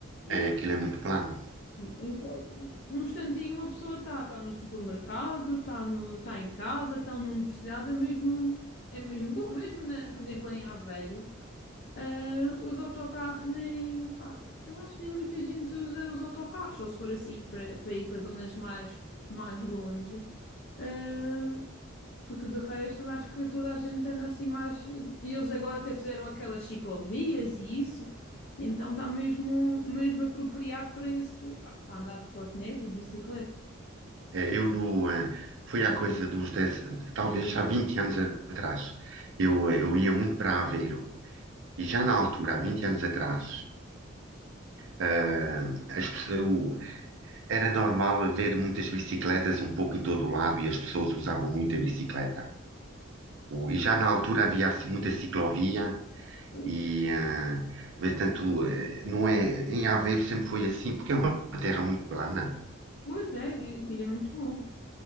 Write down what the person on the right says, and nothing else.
eh, aquilo é muito plano.
Eh, eu no, eh, foi há coisa de uns 10, talvez há 20 anos atrás. Eu, eh, eu ia muito para Aveiro e já na altura, há 20 anos atrás, eh, as pe- o- era normal ver muitas bicicletas um pouco em todo o lado e as pessoas usavam muito a bicicleta. O- e já na altura havia assim, muita ciclovia,
e, ah, mas tanto, eh, não é, em Aveiro sempre foi assim, porque é uma terra muito plana.